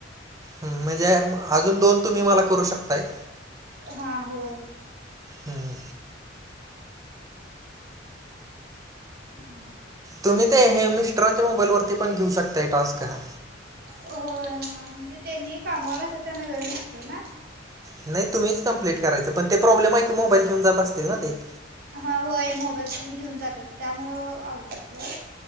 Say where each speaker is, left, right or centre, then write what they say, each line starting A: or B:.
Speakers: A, on the right (about 20°); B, on the right (about 55°).
A: हम्म म्हणजे म अजून दोन तुम्ही मला करू शकताय.
B: हा होय.
A: हम्म.
B: हा.
A: तुम्ही ते हेमिस्ट्रॉ ते मोबाईलवरती पण घेऊ शकता आहे टास्क हा.
B: होय हा म्हणजे त्यांनी कामावर असे त्यांना वेळ नसते ना.
A: नाही तुम्हीच कंप्लेट करायचं पण ते प्रॉब्लेम आहे मोबाईल घेऊ जात असतील ना ते.
B: हा होय मोबाईल तेनी घेऊन जातात त्यामुळं अघवडते.